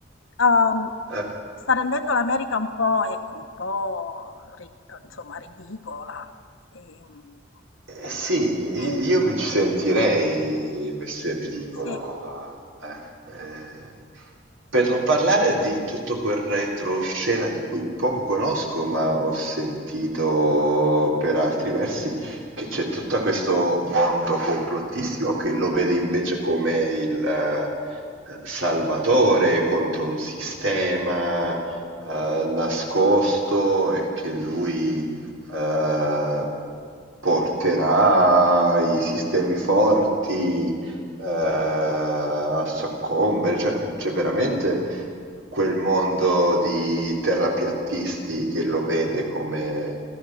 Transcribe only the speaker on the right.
Eh,
Eh sì, io,
io mi ci sentirei messo in ridicolo.
eh. Eh, per non parlare di tutto quel retroscena di cui poco conosco, ma ho sentito per altri versi che c'è tutto questo mondo complottistico che lo vede invece come il eh, salvatore contro un sistema eh, nascosto e che lui eh, porterà i sistemi forti eh, a soccombere, cioè c'è veramente quel mondo di terrapiattisti che lo vede come...